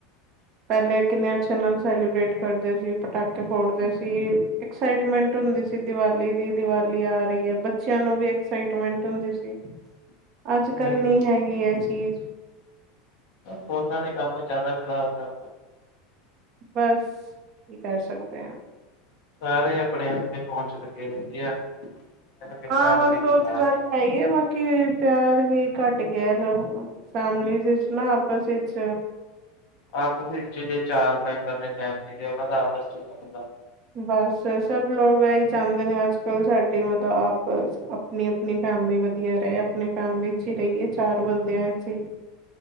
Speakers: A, on the right; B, on the left.
A: ਪੈਲੇ ਕਿੰਨੇ ਅਛੇ ਨਾਲ ਸੈਲੀਬ੍ਰੇਟ ਕਰਦੇ ਸੀ। ਪਟਾਕੇ ਫੋੜਦੇ ਸੀ। ਐਕਸਾਈਟਮੈਂਟ ਹੁੰਦੀ ਸੀ। ਦੀਵਾਲੀ ਦੀ, ਦੀਵਾਲੀ ਆ ਰੀ ਆ। ਬੱਚਿਆਂ ਨੂੰ ਵੀ ਐਕਸਾਈਟਮੈਂਟ ਹੁੰਦੀ ਸੀ।
B: <inaudible>
A: ਅੱਜ-ਕੱਲ
B: ਹੂੰ
A: ਨੀ ਹੈਗੀ ਐ ਚੀਜ਼
B: ਫੋਨਾਂ ਨੇ ਕੰਮ ਜ਼ਾਦਾ ਖ਼ਰਾਬ ਕਰ
A: ਬਸ ਕੀ ਕਰ ਸਕਦੇ ਆ਼
B: ਸਾਰੇ ਆਪਣੇ ਆਪਣੇ ਫੋਨ ਚ ਲੱਗੇ ਰੈਦੇ ਆ ਮੈਨੂੰ ਕਹਿੰਦੇ
A: ਆ <unintelligible>
B: ਆਪਣੀ
A: ਸੋਚ
B: ਪਿਆਰ
A: ਹੈ
B: ਨੀ
A: ਈ ਐ ਬਸ ਕਿ ਪਿਆਰ ਵੀ ਘੱਟ ਗਿਆ ਲੋਕ ਫੈਮਲੀ ਵਿੱਚ ਨਾ ਆਪਸ ਵਿੱਚ
B: ਆਪਸ ਵਿਚ ਜੇ ਚਾਰ ਮੈਂਬਰ ਨੇ ਫੈਮਲੀ ਦੇ ਓਨਾਂ ਦਾ ਆਪਸ ਚ ਨੀ ਬਣਦਾ
A: ਬਸ ਸਭ ਲੋਕ ਆਈ ਚਾਂਦੇ ਨੇ ਅੱਜ ਕੱਲ ਸਾਡੀ ਮਤਲਬ ਆਪਸ ਆਪਣੀ ਨਈ ਫੈਮਲੀ ਵਧੀਆ ਰਏ ਆਪਣੀ ਫੈਮਿਲੀ ਚ ਈ ਰਈਏ ਚਾਰ ਬੰਦਿਆਂ ਚ ਈ